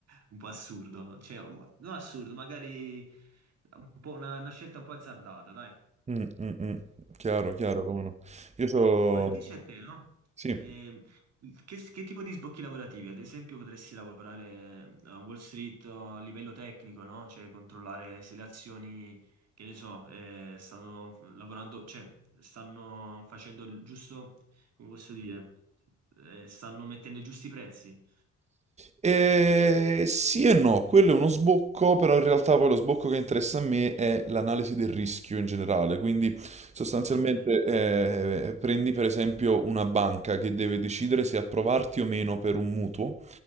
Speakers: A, on the right; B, on the right.
A: un po' assurdo, no? Cioè, un- non assurdo, magari un po' una, una scelta un po' azzardata, dai.
B: Mm, mm, mm. Chiaro,
A: Sì.
B: chiaro, come no. Io so...
A: Ma invece a te, no?
B: Sì.
A: Ehm, che, che tipo di sbocchi lavorativi? Ad esempio, potresti lavorare eh, a Wall Street o a livello tecnico, no? Cioè, controllare se le azioni, che ne so, eh, stanno lavorando, cioè, stanno facendo il giusto, come posso dire, Eh, stanno mettendo i giusti prezzi.
B: Eh, sì e no, quello è uno sbocco, però in realtà poi lo sbocco che interessa a me è l'analisi del rischio in generale. Quindi sostanzialmente
A: Ok.
B: eh, prendi per esempio una banca che deve decidere se approvarti o meno per un mutuo